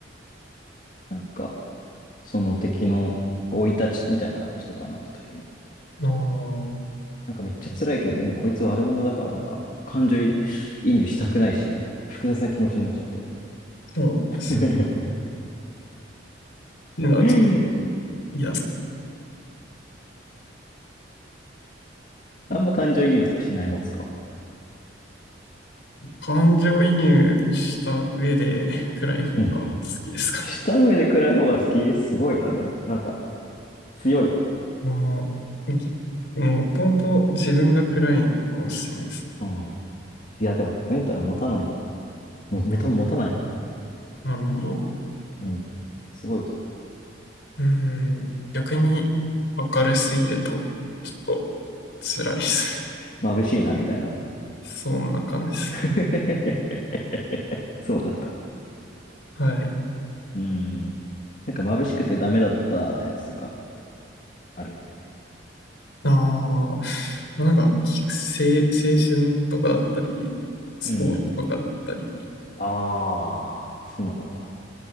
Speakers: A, on the left; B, on the left.
A: なんか、その敵の生い立ちみたいな話とかになったときに、
B: ああ、そ
A: なんかめっちゃ辛いけど、でもこいつ悪者だから、なんか、感情移入したくないし、みたいな、複雑な気持ちになっちゃって。
B: うなんです。
A: <laughs> う
B: っていうのはちょっと、
A: ん
B: いや、
A: あんま感情移入とかしない方ですか
B: 感情移入した上で暗い方が好きですか
A: うん。した上で暗い方が好きすごいな。でも、なんか、強いな。
B: まあ、ぎもともと自分が暗いのかもしれないです。
A: うん。いや、でも、メンタル持たない。もう、メタ持たないもん。
B: はいなるほど。
A: うん。すごいと思
B: うん。逆に明るすぎると、ちょっと辛いですね。
A: う。眩しいな、みたいな。
B: <laughs> そんな感じですね。
A: <laughs> そうなった。
B: はい。
A: うん。なんか、眩しくてダメだったやつとか、ある。
B: ああ、まあ、なんか、きせ青春とかだったり、スポーツとかだったり、
A: うん。ああ、そうなんだ。